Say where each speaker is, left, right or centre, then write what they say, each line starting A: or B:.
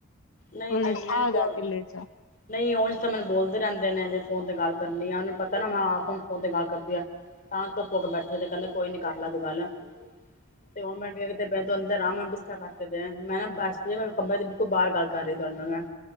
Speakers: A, on the left; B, on the left.
A: ਨਈਂ,
B: ਉਹਨਾਂ
A: ਨਈਂ
B: ਨੇ
A: ਮੈਂ
B: ਠਾਹ
A: ਤੇ,
B: ਕੇ ਲੇਟ ਜਾ
A: ਨਈਂ ਉਂਝ ਤਾਂ ਮੈਨੂੰ ਬੋਲਦੇ ਰੈਂ ਨੇ ਜੇ ਫੋਨ ਤੇ ਗੱਲ ਕਰਨੀ ਆ ਉਨੂੰ ਪਤਾ ਪਤਾ ਨਾ ਮੈਂ ਆਪ ਹੁਨ ਫੋਨ ਤੇ ਗੱਲ ਕਰਦੀ ਐ ਤਾਂ ਚੁੱਪ ਹੋਕੇ ਬੈਠੇ ਤੇ ਕੈਂਦੇ ਕੋਈ ਨੀ ਕਰਲਾ ਦੂ ਗੱਲ, ਤੇ ਹੁਣ ਮੈਂ ਵੀ ਕਿਤੇ ਬੈ ਅੰਦਰ ਆਮ ਬਿਸਤਾ ਕਰਕੇ ਦੇ, ਮੈਂ ਨਾ ਬਸ ਕਮਰੇ ਦੇ ਬਿਲਕੁਲ ਬਾਰ ਗੱਲ ਕਰ ਦੋਨੋ ਮੈਂ